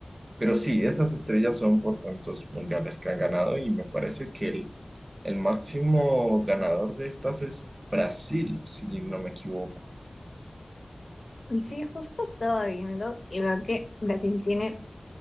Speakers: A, on the right; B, on the left.
A: Pero sí, esas estrellas son por tantos mundiales que han ganado y me parece que el, el máximo ganador de estas es Brasil, si no me equivoco.
B: Sí, justo estaba viendo y veo que Brasil tiene,